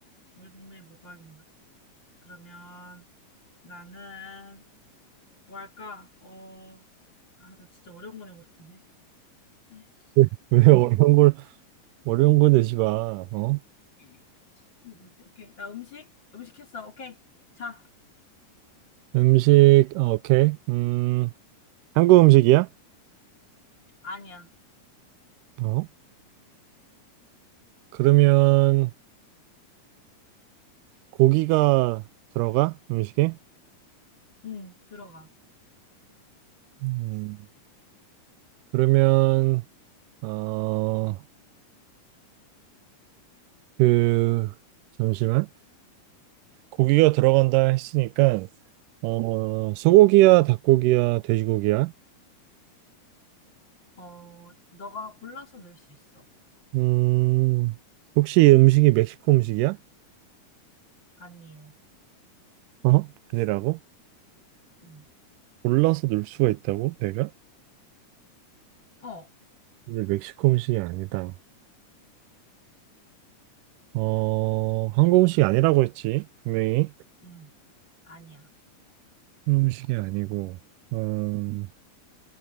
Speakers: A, on the left; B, on the right.
A: 우리 동네에 뭐가 유명하지? 그러면 나는 뭐 할까? 어. 아, 나 진짜 어려운 거 내고 싶은데. 에이,
B: 왜, 왜
A: 뭐 하지?
B: 어려운 걸, 어려운 거 내지 마. 어?
A: 이 뭐지? 오케이. 나 음식, 음식 했어. 오케이. 자,
B: 음식, 아, 오케이. 음, 한국 음식이야?
A: 아니야.
B: 어? 그러면 고기가 들어가? 음식에?
A: 음, 들어가.
B: 음, 그러면, 어, 그, 잠시만. 고기가 들어간다 했으니까, 어, 소고기야, 닭고기야, 돼지고기야?
A: 어, 너가 골라서 넣을 수 있어.
B: 음, 혹시 음식이 멕시코 음식이야?
A: 아니에요.
B: 어? 아니라고?
A: 음.
B: 골라서 넣을 수가 있다고? 내가?
A: 어,
B: 근데 멕시코 음식이 아니다. 어, 한국 음식이 아니라고 했지, 분명히.
A: 음. 아니야.
B: 한국 음식이 아니고, 어,